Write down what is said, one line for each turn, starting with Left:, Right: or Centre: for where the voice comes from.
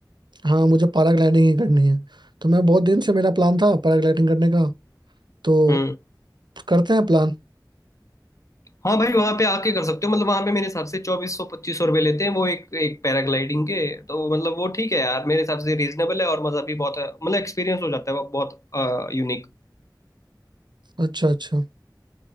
Right: हाँ मुझे पैराग्लाइडिंग ही करनी है तो मैं बहुत दिन से मेरा प्लान था पैराग्लाइडिंग करने का तो
Left: हम्म
Right: करते हैं प्लान
Left: हाँ भाई वहां पे आके कर सकते हो मतलब वहां पे मेरे हिसाब से चौबीस सौ पच्चीस सौ रुपये लेते हैं वो एक एक पैराग्लाइडिंग के तो मतलब वो ठीक है यार मेरे हिसाब से रीजनेबल है और मजा भी बहुत है। मतलब एक्सपीरियंस हो जाता है वो बहुत यूनिक
Right: अच्छा अच्छा